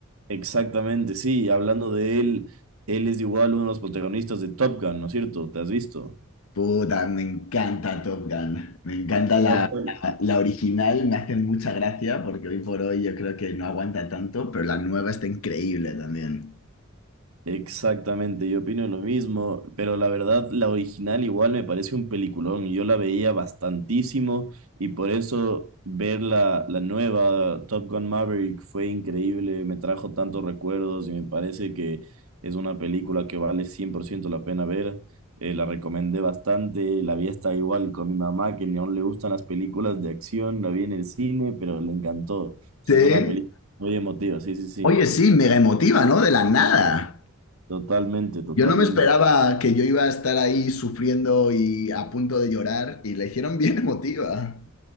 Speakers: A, on the right; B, on the left.
A: Exactamente, sí. Hablando de él, él es igual uno de los protagonistas de Top Gun, ¿no es cierto? ¿Te has visto?
B: Puta, me encanta Top Gun. Me encanta la,
A: Top Gun
B: la- la original, me hacen mucha gracia porque hoy por hoy yo creo que no aguanta tanto, pero la nueva está increíble también.
A: Exactamente, yo opino lo mismo, pero la verdad, la original igual me parece un peliculón. Yo la veía bastantísimo y por eso ver la, la nueva Top Gun Maverick fue increíble, me trajo tantos recuerdos y me parece que es una película que vale 100% la pena ver. Eh, la recomendé bastante, la vi hasta igual con mi mamá, que ni aún le gustan las películas de acción, la vi en el cine, pero le encantó. O sea,
B: Sí.
A: es una película muy emotiva, sí, sí, sí,
B: Oye, sí, mega emotiva, ¿no? De la nada.
A: totalmente, totalmente.
B: Yo no me esperaba que yo iba a estar ahí sufriendo y a punto de llorar y la hicieron <laughs> bien emotiva.